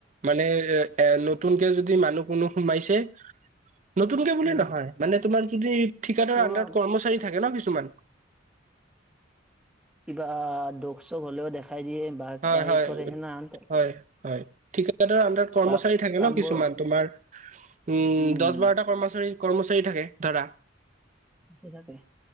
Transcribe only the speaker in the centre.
উম,
পুৰা
কিবা দোষ, চোষ হ'লেও দেখাই দিয়ে, বা কিবা
হৈ
কৰে, সেনা হান ত
বা
কামবোৰ
উম,
কিবাকে।